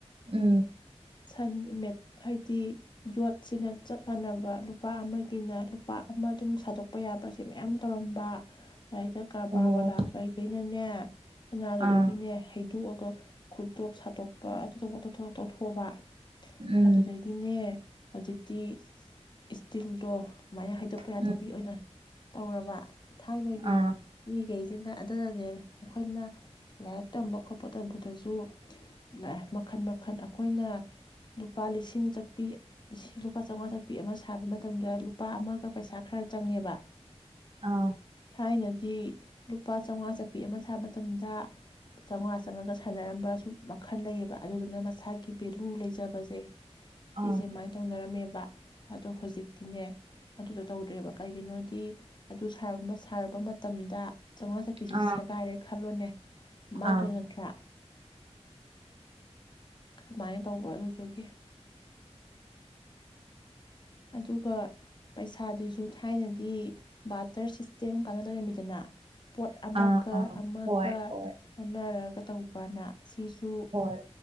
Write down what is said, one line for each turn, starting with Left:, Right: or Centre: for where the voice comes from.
Right: ꯎꯝ
Left: ꯁꯟ ꯃꯠ ꯍꯥꯏꯗꯤ ꯌꯣꯠꯁꯤꯅ ꯆꯞ ꯃꯥꯟꯅꯕ ꯂꯨꯄꯥ ꯑꯃꯒꯤꯅ ꯂꯨꯄꯥ ꯑꯃ ꯑꯗꯨꯝ ꯁꯥꯗꯣꯛꯄ ꯌꯥꯕꯁꯦ ꯃꯌꯥꯝ ꯇꯧꯔꯝꯕ ꯔꯥꯏꯗ ꯀꯔꯕꯥꯔ
Right: ꯑꯣ
Left: ꯋꯥꯂꯥ ꯀꯩꯗꯩꯩꯅꯥꯅꯦ ꯁꯅꯥꯗꯨꯗꯒꯤꯅꯦ
Right: ꯑꯥ
Left: ꯍꯩꯗꯣꯛꯑ ꯈꯨꯠꯗꯣꯞ ꯁꯥꯠꯇꯣꯛꯄ ꯑꯗꯨꯇꯧꯕ ꯑꯗꯥꯇꯧꯕ ꯇꯧꯊꯣꯛꯑꯕ
Right: ꯎꯝ
Left: ꯑꯗꯨꯗꯒꯤꯅꯦ ꯍꯧꯖꯤꯛꯇꯤ ꯏꯁꯇꯤꯜꯗꯣ ꯁꯨꯃꯥꯏꯅ ꯍꯥꯏꯗꯣꯛꯄ ꯌꯥꯗꯕꯤ
Right: ꯎꯝ
Left: ꯑꯣꯏꯅ꯫ ꯇꯧꯔꯕ ꯊꯥꯏꯅꯒꯤ
Right: ꯑꯥ
Left: ꯃꯤꯒꯩ ꯏꯟꯗ ꯑꯗꯨꯗꯗꯤ ꯑꯩꯈꯣꯏꯅ ꯂꯥꯏꯔꯤꯛ ꯇꯝꯕ ꯈꯣꯠꯄ ꯇꯝꯕꯗꯁꯨ ꯃꯈꯟ ꯃꯈꯟ ꯑꯩꯈꯣꯏꯅ ꯂꯨꯄꯥ ꯂꯤꯁꯤꯡ ꯆꯠꯄꯤ ꯂꯨꯄꯥ ꯆꯧꯉꯥ ꯆꯠꯄꯤ ꯑꯃ ꯁꯥꯕ ꯃꯇꯝꯗ ꯂꯨꯄꯥ ꯑꯃꯒ ꯄꯩꯁꯥ ꯈꯔ ꯆꯪꯉꯦꯕ
Right: ꯑꯥ
Left: ꯊꯥꯏꯅ ꯊ ꯂꯨꯄꯥ ꯆꯥꯝꯃꯉꯥ ꯆꯠꯄꯤ ꯑꯃ ꯁꯥꯕ ꯃꯇꯝꯗ ꯆꯥꯝꯃꯉꯥ ꯆꯪꯉꯒ ꯁꯥꯟꯅꯔꯝꯕ ꯁꯨꯝ ꯃꯈꯜ ꯂꯩꯌꯦꯕ ꯑꯗꯨꯗꯨꯅ ꯃꯁꯥꯒꯤ ꯚꯦꯂꯨ ꯂꯩꯖꯕꯁꯦ ꯁꯤꯁꯦ
Right: ꯑꯥ
Left: ꯁꯨꯃꯥꯏꯅ ꯇꯧꯅꯔꯝꯃꯦꯕ ꯑꯗꯣ ꯍꯧꯖꯤꯛꯇꯤꯅꯦ ꯑꯗꯨꯗꯣ ꯇꯧꯗ꯭ꯔꯦꯕ ꯀꯩꯒꯤꯅꯣꯗꯤ ꯑꯗꯨ ꯁꯥꯔꯕ ꯃꯇꯝꯗ ꯆꯥꯝꯃꯉꯥ ꯊꯛꯄꯤꯁꯤꯦ
Right: ꯑꯥ ꯑꯥ
Left: ꯁꯦꯥꯏꯔꯦ ꯈꯜꯂꯣꯅꯦ ꯃꯥꯡꯗꯣꯏ
Right: ꯑꯥ ꯑꯥ
Left: ꯅꯠꯇ꯭ꯔꯥ ꯑꯗꯨꯃꯥꯏꯅ ꯇꯧꯕ ꯑꯗꯨꯗꯨꯒꯤ ꯑꯗꯨꯒ ꯄꯩꯁꯥꯗꯨꯁꯨ ꯊꯥꯏꯅꯗꯤ ꯕꯥꯇꯔ ꯁꯤꯁꯇꯦꯝ ꯀꯥꯟꯅ ꯂꯩꯔꯝꯃꯤꯗꯅ ꯄꯣꯠ
Right: ꯑꯥ
Left: ꯑꯃꯒ
Right: ꯑꯥ
Left: ꯑꯃꯒ
Right: ꯍꯣꯏ ꯍꯣꯏ
Left: ꯍꯅꯔꯒ ꯇꯧꯕꯅ ꯁꯤꯁꯨ
Right: ꯍꯣꯏ